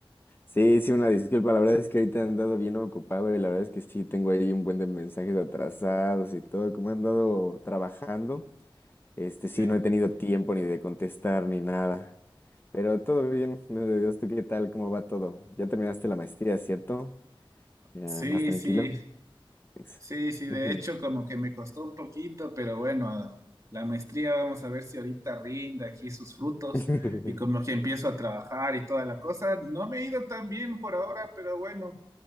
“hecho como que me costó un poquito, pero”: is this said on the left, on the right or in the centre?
Right